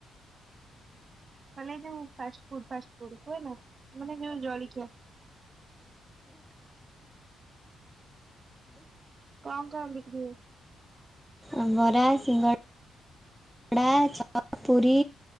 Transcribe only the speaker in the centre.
<unintelligible>
<unintelligible> ବରା ସିଙ୍ଗଡ଼ା କଡ଼ା ଚପ୍ ପୁରୀ